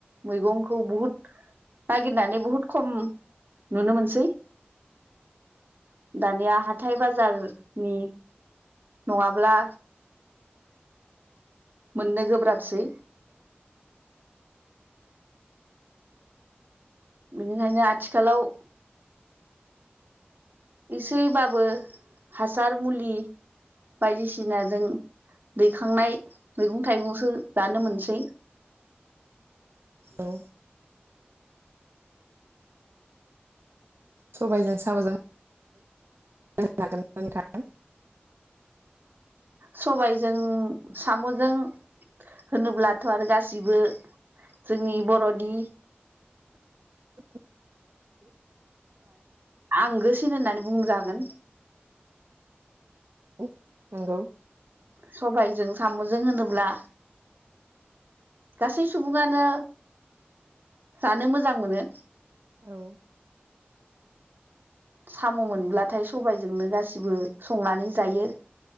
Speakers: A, on the right (about 55°); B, on the right (about 70°).
A: मैगंखौ बुहुद नागिरनानै बुहुद खम नुनो मोनसै दानिया हाथाय बाजारनि। नङाब्ला। मोननो गोब्राबसै। बेनिखायनो आथिखालाव। एसेबाबो हासार मुलि बायदिसिनाजों। दैखांनाय मैगं थाइगंसो जानो मोनसै।
B: औ। सबाइजों साम'जों। <unintelligible> हागोनना नोंथां।
A: सबायजों साम'जों। होनोब्लाथ' आरो गासिबो जोंनि बर'नि।
B: <inaudible>
A: आं गोसिन होननानै बुंजागोन।
B: <inaudible> नंगौ।
A: सबायजों साम'जों होनोब्ला। गासै सुबुङानो जानो मोजां मोनो।
B: औ।
A: साम' मोनब्लाथाय सबायजोंनो गासिबो संनानै जायो।